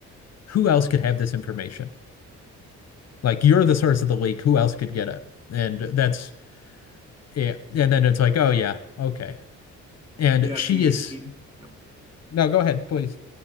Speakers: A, on the left (about 55°); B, on the right (about 15°).
A: who else could have this information? Like you're the source of the leak. Who else could get it? And that's yeah. And then it's like, oh yeah, okay. And
B: Yeah,
A: she
B: she
A: is
B: she. Yep.
A: no. Go ahead, please.